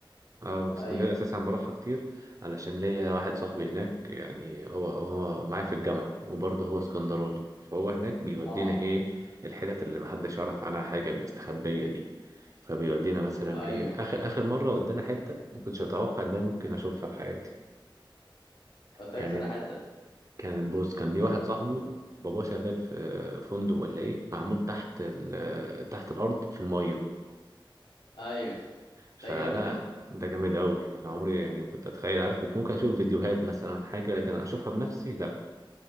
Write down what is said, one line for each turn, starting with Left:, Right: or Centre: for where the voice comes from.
Right: اه اسكندرية
Left: ايوه
Right: اساسا بروحها كتير علشان ليا واحد صاحبي هناك يعني هو هو معايا في الجامعة وبرضه هو اسكندراني فهو هناك بيودينا
Left: اه
Right: ايه الحتت اللي محدش يعرف عنها حاجة المستخبية دي فبيودينا مثلا
Left: ايوه
Right: ايه اخر اخر مرة ودانا حتة ما كنتش اتوقع ان انا ممكن اشوفها في حياتي
Left: وداك
Right: كانت
Left: فانا حته
Right: كان بص كان ليه واحد صاحبه باباه شغال في فندق ولا ايه معمول تحت ال- تحت الارض في المية
Left: ايوه
Right: فلا
Left: ده جامد ده
Right: ده جامد قوي انا عمري يعني ما كنت اتخيل عارف كنت ممكن اشوف فيديوهات مثلا حاجه لكن اشوفها بنفسي لا